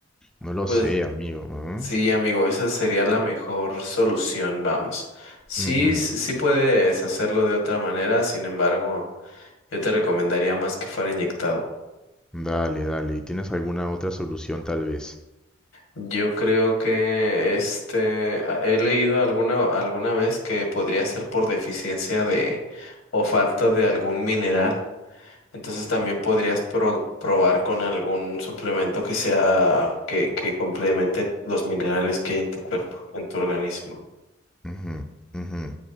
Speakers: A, in the centre; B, on the left (about 85°).
A: No lo
B: pues
A: sé, amigo. ¿ah?
B: sí, amigo, esa sería la mejor solución, vamos. Sí,
A: Ujú.
B: sí sí puedes hacerlo de otra manera, sin embargo. Yo te recomendaría más que fuera inyectado.
A: Dale, dale. ¿Y tienes alguna otra solución tal vez?
B: Yo creo que este a- he leído alguna alguna vez que podría ser por deficiencia de o falta de algún mineral. Entonces también podrías pro- probar con algún suplemento que sea que, que complemente los minerales que hay en tu cuerpo, en tu organismo.
A: Ujú, ujú.